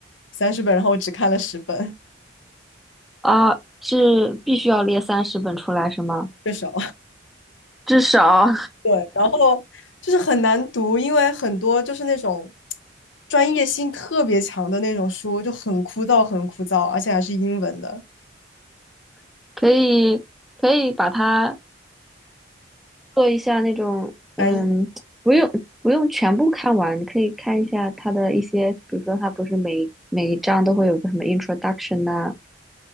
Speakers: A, on the left (about 80°); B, in the centre.
A: 三十本，然后我只看了十本，
B: 啊，是必须要列三十本出来是吗？
A: <laughs> 最少。
B: 至少
A: 对，然后就是很难读，因为很多就是那种专业性特别强的那种书，就很枯燥，很枯燥，而且还是英文的
B: <laughs>，可以可以把它。做一下那种，
A: 翻译。
B: 嗯，不用不用全部看完，你可以看一下他的一些，比如说他不是每每一章都会有个什么 introduction 呐、